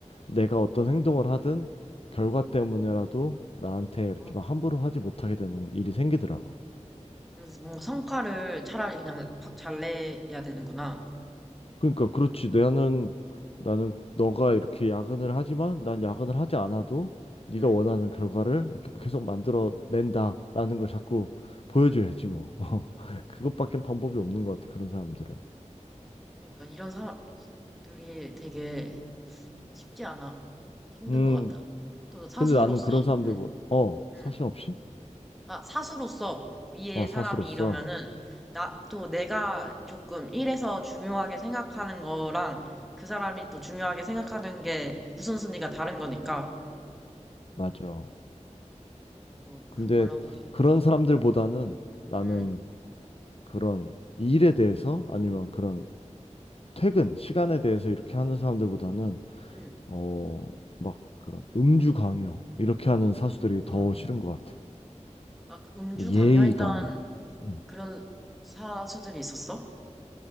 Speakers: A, on the left (about 50°); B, in the centre.
A: 내가 어떤 행동을 하든 결과 때문에라도 나한테 이렇게
B: 어.
A: 막 함부로 하지 못하게 되는 일이 생기더라고.
B: 그래서 뭔가 성과를 차라리 그냥 확 잘 내야 되는구나.
A: 그러니까 그렇지. 나는 나는 너가 이렇게 야근을 하지만 난 야근을 하지 않아도 네가
B: 음.
A: 원하는 결과를 이렇게 계속 만들어 낸다라는 걸 자꾸 보여줘야지 뭐. <laughs> 그것밖엔 방법이 없는 것 같아. 그런 사람들은.
B: 그러니까 이런 사람들이 되게 쉽지 않아. 힘든
A: 음.
B: 것 같아. 또 사수로서,
A: 근데 나는 그런 사람들
B: 음,
A: 보- 어, 사심
B: 음.
A: 없이?
B: 아, 사수로서 위에
A: 어,
B: 사람이
A: 사수로서.
B: 이러면은, 나, 또 내가 조금 일에서 중요하게 생각하는 거랑 그 사람이 또 중요하게 생각하는 게 우선순위가 다른 거니까,
A: 맞아.
B: 그거,
A: 근데
B: 그거랑 되게 힘든
A: 그런
B: 것 같아.
A: 사람들보다는 나는
B: 응
A: 그런 일에 대해서 아니면 그런 퇴근 시간에 대해서 이렇게 하는 사람들보다는
B: 응
A: 어, 막 그런 음주 강요 이렇게 하는 사수들이
B: 아,
A: 더 싫은 것 같아.
B: 아, 그 음주
A: 뭐 예의
B: 강요했던
A: 강요. 음.
B: 그런 사수들이 있었어?